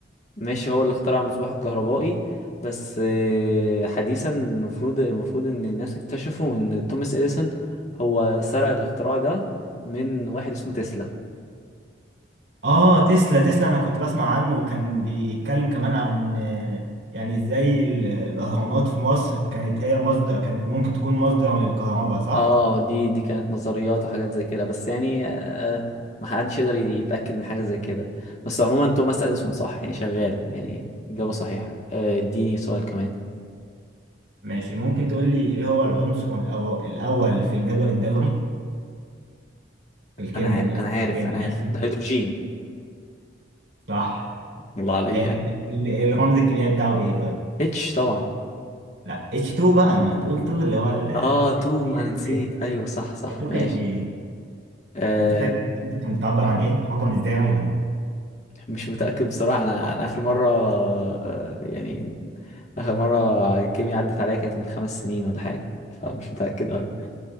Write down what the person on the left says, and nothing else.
ماشي هو اللي اخترع المصباح الكهربائي بس آه، حديثا المفروض المفروض ان الناس اكتشفوا ان توماس اديسون هو سرق الاختراع ده من واحد اسمه تسلا
اه دي دي كانت نظريات وحاجات زي كده بس يعني آه ما حدش يقدر يت- يتأكد من حاجة زي كده بس عموما توماس اديسون صح يعني شغال يعني إجابة صحيحة آه، اديني سؤال كمان
انا ع-
انا عارف
انا عارف الهيدروجين
والله عليا
اتش طبعا
اه تو
انا
نسيت
ايوه صح صح
ماشي
آه
مش متأكد بصراحة انا انا اخر مرة آه يعني اخر مرة الكيمياء عدت عليا كانت من خمس سنين ولا حاجة فمش متأكد أوي.